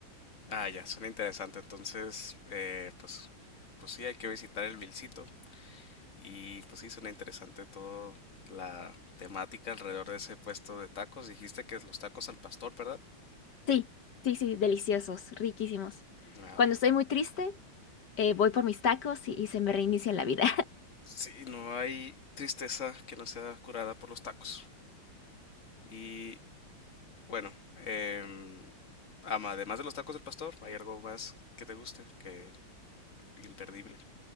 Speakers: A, on the left; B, on the left.
A: Ah, ya, suena interesante. Entonces, eh, pues, pues sí, hay que visitar el Vilcito. Y pues sí, suena interesante todo la temática alrededor de ese puesto de tacos. Dijiste que es los tacos al pastor, ¿verdad?
B: Sí, sí, sí, deliciosos, riquísimos.
A: Ah,
B: Cuando
A: ok.
B: estoy muy triste, eh, voy por mis tacos y, y se me reinicia la vida.
A: Sí, no hay tristeza que no sea curada por los tacos. Y Bueno, em, ama- además de los tacos del pastor, ¿hay algo más que te guste? Que imperdible.